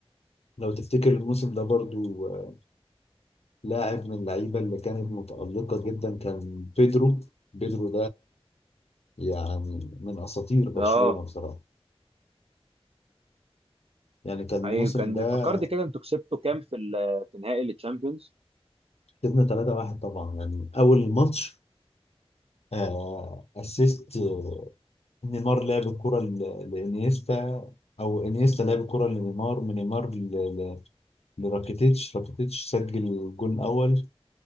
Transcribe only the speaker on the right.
اه
حقيقي كان
فكرني كده انتوا كسبتوا كام في ال- في نهائي التشامبيونز